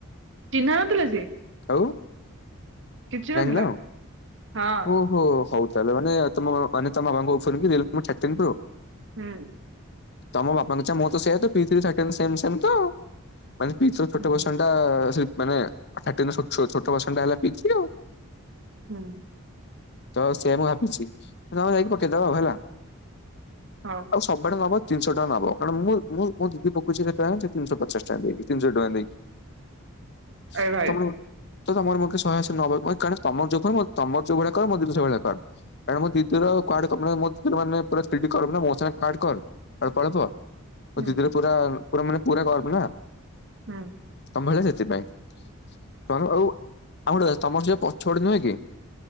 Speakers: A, on the right; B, on the left.
A: ଚିହ୍ନା ନଥିଲା ସିଏ।
B: ଆଉ।
A: କିଛି
B: ଜାଣିନ
A: ନଥିଲା।
B: ଆଉ।
A: ହଁ
B: ଓହୋ ହୋଉ ତାହେଲେ ମାନେ ତମ ମାନେ ତମ ବାବାଙ୍କର ଇଏ‌ଶୁଣିକି ମାନେ ତମେ ଚାଟିଙ୍ଗ୍ ପ୍ରୋ।
A: ହୁଁ।
B: ତମ ବାପାଙ୍କ ଚାହା ମୋର ତ ସେୟା ତ ପିଇଥିଲେ ସେମ୍ ସେମ୍ ତ। ମାନେ ପିଇ ଥ୍ରୀର ଛୋଟ
A: ହୁଁ
B: ଭର୍ସନଟା ମାନେ ଥାର୍ଟି ନିର ଛୋଟ ଭର୍ସନ ଟା ହେଲା ପିଇ ଥ୍ରୀ ଆଉ।
A: ହୁଁ।
B: ତ ସେଇଆ ମୁଁ ଭାବିଛି। ତମେ ଯାଇକି ପକେଇଦବ ଆଉ ହେଲା।
A: ହୋଉ।
B: ଆଉ ସବୁଆଡେ ନବ ତିନିଶହ ଟଙ୍କା ନବ କାରଣ ମୁଁ ମୁଁ ମୋ ଦିଦି ପକୋଉଛି କେତେଟଙ୍କା ଜାଣିଚ ତିନିଶହ ପଚାଶ ଟଙ୍କା ଦେଇକି ତିନିସହ ଟଙ୍କା ଦେଇକି।
A: ଏ ଭାଇ
B: ତମର ତ ତମର ଶହେ ଅଶି ନବ ମ କାରଣ ତମ ଜୋଉ ମୋ ତମର ଯୋଉ ଭଳିଆ କରେ ମୋ ଦିଦି ସେଇ ଭଳିଆ କର। କାରଣ ମୋ ଦିଦିର କୁଆଡେ କପଡ଼ା ମୋ ଦିଦିର ମାନେ ପୁରା ସ୍ଥିଡି ଖରାପ ହେଲା ମୋ ସାଙ୍ଗରେ ପାଟ୍ କର୍। ଅଳ୍ପ ଅଳ୍ପ ମୋ
A: ହୁଁ
B: ଦିଦିର ପୁରା ପୁରା ମାନେ ପୁରା କଳପନା।
A: ହଁ <inaudible>
B: ତମ ଭଳିଆ ସେଥିପାଇଁ। ତମର ଆଉ ଆଉ ଗୋଟେ କଥା ତମର ସେଟା ପଛପଟେ ନୁହେଁ କି